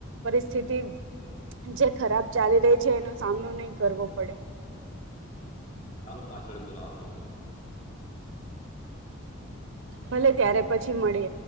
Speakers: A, on the right; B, on the left.
A: પરિસ્થિતિ જે ખરાબ ચાલી રહી છે, એનો સામનો નહી, કરવો પડે
B: ચાલો પાછળ, મિલા આપો
A: ભલે ત્યારે પછી, મળે